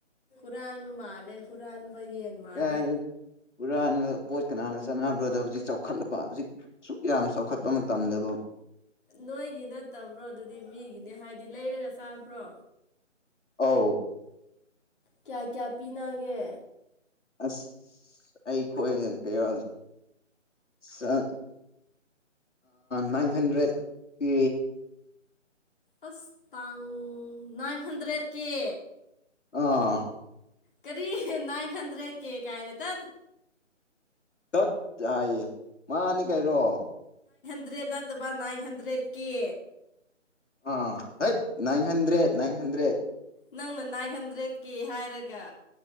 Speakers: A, on the left (about 45°); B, on the left (about 70°).
A: ꯍꯨꯔꯥꯟꯕ ꯃꯥꯜꯂꯦ ꯍꯨꯔꯥꯟꯕ ꯌꯦꯟ ꯃꯥꯜꯂꯦ
B: ꯀꯥꯏꯗꯩꯅꯣ ꯍꯨꯔꯥꯟꯕ ꯄꯣꯠ ꯀꯅꯥꯅ ꯆꯠꯅꯕ꯭ꯔꯣꯗ ꯍꯧꯖꯤꯛ ꯆꯥꯎꯈꯠꯂꯛꯄ ꯍꯧꯖꯤꯛ ꯑꯁꯨꯛ ꯌꯥꯝ ꯆꯥꯎꯈꯠꯄ ꯃꯇꯝꯗꯕꯨ
A: ꯅꯣꯏꯒꯤ ꯅꯠꯇꯕ꯭ꯔꯣ ꯑꯗꯨꯗꯤ ꯃꯤꯒꯤꯅꯤ ꯍꯥꯏꯗꯤ ꯂꯩꯔꯒ ꯆꯥꯕ꯭ꯔꯣ
B: ꯑ
A: ꯀꯌꯥ ꯀꯌꯥ ꯄꯤꯅꯒꯦ
B: ꯑꯁ ꯑꯩꯈꯣꯏ ꯀꯩꯅ ꯅꯥꯏꯟ ꯍꯟꯗ꯭ꯔꯦꯠ ꯄꯤ
A: ꯑꯁ ꯇꯥꯡꯉ ꯅꯥꯏꯟ ꯍꯟꯗ꯭ꯔꯦꯠꯔꯀꯦ
B: ꯑꯥ
A: ꯀꯔꯤ ꯅꯏ ꯍꯟꯗ꯭ꯔꯦ ꯀꯦꯦꯛ ꯍꯥꯏꯥꯏꯗꯦ ꯇ
B: ꯆꯠ ꯍꯥꯏꯌꯦ ꯃꯥꯅꯤ ꯀꯩꯔꯣ
A: ꯍꯟꯗ꯭ꯔꯦꯗ ꯅꯠꯇꯕ ꯅꯥꯏꯟ ꯍꯟꯗ꯭ꯔꯦꯠ ꯀꯦ
B: ꯑ ꯍꯠꯅꯥꯟ ꯍꯟꯗ꯭ꯔꯦꯠ ꯅꯥꯟ ꯍꯟꯗ꯭ꯔꯦꯠ
A: ꯅꯪꯅ ꯅꯥꯏꯟ ꯍꯟꯗ꯭ꯔꯦꯗꯀꯤꯦ ꯍꯥꯏꯔꯒ